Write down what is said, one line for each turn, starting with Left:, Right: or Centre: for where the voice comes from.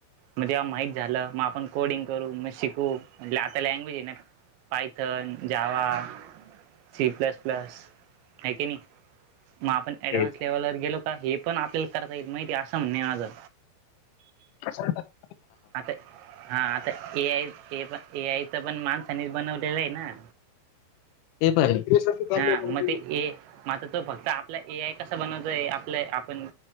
Right: मग जेव्हा माहीत झालं मग आपण कोडिंग करू मग शिकू. म्हणलं आता लँग्वेज आहे नां पायथंन जावां सी प्लसं प्लसं आहे की नाहीं मंग आपणं ऍडव्हान्स
Left: ते
Right: लेव्हलवरं गेलो कां हे पणं आपल्यांला करतां येईल माहितीये असं म्हणणं आहे माझं
Left: कश्यांला पाहि
Right: आंता हां आंता ए आय पणं ए आय तरं पणं माणसानेचं बनवलेलं आहे नां
Left: ते पण आहे.
Right: हां मंग ते ए मंग आंता तो फक्तं आपलां ए आय कसां बनवाचंय आहे आपलं आपणं